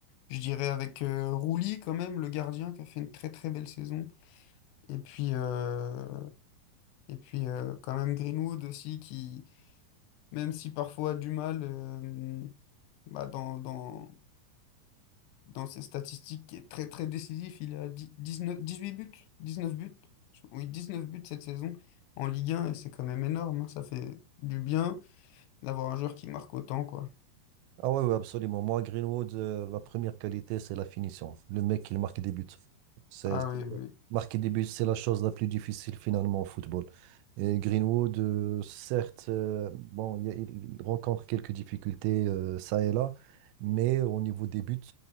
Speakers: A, on the left; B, on the right.
A: Je dirais avec euh, Rouli quand même, le gardien, qui a fait une très très belle saison. Et puis, euh, Et puis euh, quand même Greenwood aussi qui, même si parfois a du mal euh, bah, dans, dans, dans ses statistiques, qui est très très décisif, il a dix- 19, 18 buts, 19 buts, Je- oui 19 buts cette saison en Ligue 1 et c'est quand même énorme, hein. Ça fait du bien d'avoir un joueur qui marque autant quoi.
B: Ah ouais, ouais, absolument. Moi, Greenwood, euh, la première qualité, c'est la finition. Le mec, il marque des buts. C'est,
A: Ah
B: c'est-
A: oui, oui,
B: marquer des buts, c'est la chose la plus difficile finalement au football. Et Greenwood, euh, certes, euh, bon, il, y a- il rencontre quelques difficultés euh, ça et là, mais au niveau des buts,